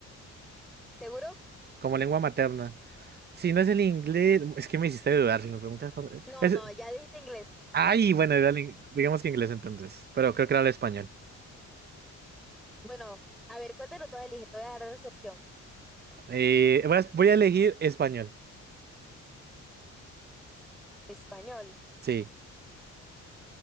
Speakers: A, in the centre; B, on the right (about 35°).
A: ¿Seguro?
B: como lengua materna. Si no es el inglés, es que me hiciste dudar, si me preguntas por...
A: No,
B: es-
A: no, ya dijiste inglés.
B: Ay, bueno, era el in- digamos que inglés entonces, pero creo que era el español.
A: Bueno, a ver, ¿cuál de los dos eliges? Te voy a dar otra opción.
B: Eh, voy a voy a elegir español,
A: Español.
B: sí.